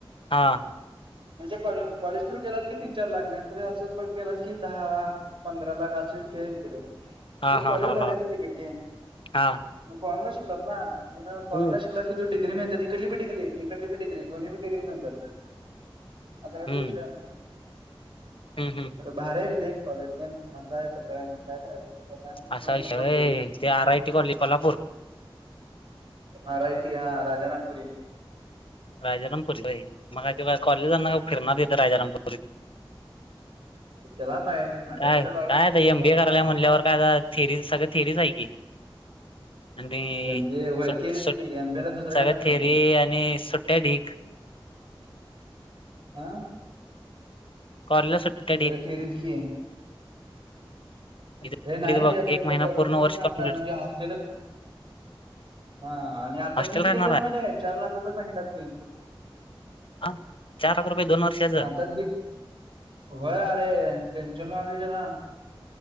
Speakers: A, on the left (about 70°); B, on the right (about 65°).
A: हां
B: म्हणजे कॉले कॉलेज थ्रू गेलात की तीन चार लाख नाही तर अस बघ गेलास की दहा पंधरा लाख आशि फि आहे तिकड
A: हा
B: पण
A: हा
B: कॉलेज
A: हा
B: भारी
A: हा
B: आहे तिकडले. तू
A: हा
B: फॉरेनला शिकला ना मग
A: हम्म
B: फॉरेनला शिकलास की तू डिग्री मिळत्या तिकडली बी. डिग्री इकडली बी डिग्री दोन्ही बी डिग्री मिळत्यात असा काहीतरी
A: हम्म
B: विषय आहे म्हण.
A: हम्म हम्म
B: भारी आहे रे ते कॉलेज पण. काय <unintelligible> कस करायच
A: असा
B: तस कस
A: विषय
B: होते.
A: व्हय ते R I T college Kolhapur
B: R I T हा राजारामपुरी.
A: राजारामपुरी होय मग ते कॉलेजला जाणार का फिरणार तीथ राजारामपुरीत.
B: त्याला काय. नडा
A: काय
B: बिडा लावला
A: काय आता एम बीए करायला
B: करणार
A: म्हणल्यावर
B: आहे
A: काय थेरी सगळ थेरीच आहे की. आणि
B: एमबीए होय
A: सट
B: तेच
A: सट
B: की एमबीए ला दुसरं
A: सगळ्या
B: काय नसतंय.
A: थेरी आणि सुट्टया ढीग.
B: आ
A: कॉलेजला सुट्ट
B: सगळं थेरीच की.
A: इथं
B: हे नाही
A: बघ
B: ते आता तिकड
A: एक महिना
B: रूम
A: पूर्ण
B: घेऊन
A: वर्ष
B: राहणार
A: कंप्लीट
B: म्हणजे हॉस्टेलच. हा आणि आ आता
A: हॉस्टेल
B: फी किती
A: राहणार
B: आहे त्याला माहिती का चार लाख रुपये सांगितल्यात फी.
A: हा चार लाख रुपये दोन वर्षांच.
B: आता बी होय अरे टेन्शन आलय त्याला